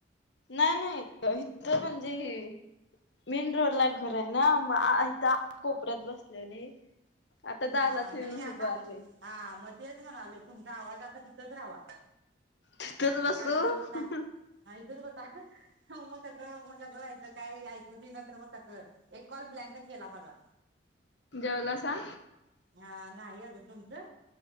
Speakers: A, on the left (about 70°); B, on the right (about 70°).
A: नाही नाही इथं म्हणजे ही मेन रोडला घर आहे ना मग इथं आत कोपऱ्यात बसलेले. आता दारात
B: हा हा
A: येऊन
B: नाही नाही आता
A: उभारले
B: हा म तेच म्हणालोय तुमचा आवाज आता तिथंच राह्वा
A: तिथच बसू
B: काय मग आणि काय हा इथंच बसा मग कसं मग कसं व्हायचं काय ऐकूच येइना तर मग कसं एक कॉल ब्लँकच गेला बघा
A: जेवलासा
B: हा नाही अजून तुमचं